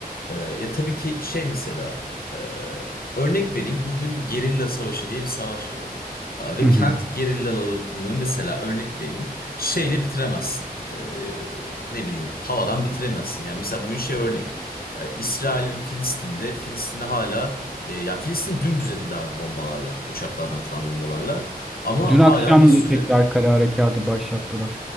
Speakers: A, on the left; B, in the centre.
A: e, ya tabii ki şey mesela e, örnek vereyim bugün gerilla savaşı diye bir savaş var. E, ve
B: Hı hı.
A: kent gerillalarını mesela örnek vereyim şeyle bitiremezsin. E, ne bileyim havadan bitiremezsin. Yani mesela bugün şey örnek. E, İsrail ve Filistin'de Filistin'de hala e, ya Filistin dümdüz edildi abi bombalarla uçaklardan atılan bombalarla. Ama
B: Dün akşam
A: hala bir sürü
B: da tekrar kara harekatı başlattılar.